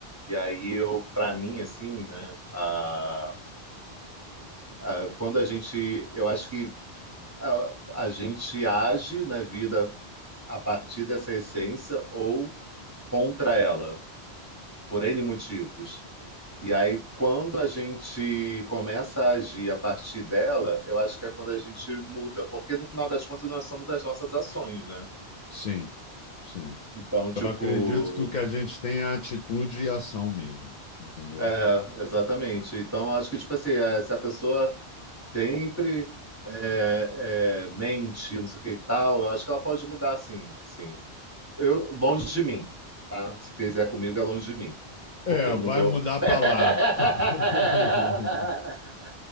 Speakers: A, on the right (about 20°); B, on the left (about 55°).
A: E aí eu, para mim, assim, né, a, a- quando a gente, eu acho que a, a gente age na vida a partir dessa essência ou contra ela, por N motivos. E aí, quando a gente começa a agir a partir dela, eu acho que é quando a gente muda, porque no final das contas nós somos as nossas ações, né?
B: Sim, sim.
A: Então, tipo,
B: Eu acredito que o que a gente tem é atitude e ação mesmo, entendeu?
A: é, exatamente. Então, eu acho que, tipo assim, é, se a pessoa sempre é, é, mente, não sei o que e tal, eu acho que ela pode mudar, sim, sim. Eu, longe de mim, tá? Se fizer comigo, é longe de mim,
B: É,
A: porque eu
B: vai
A: não dou.
B: mudar para
A: <laughs>
B: lá. <laughs>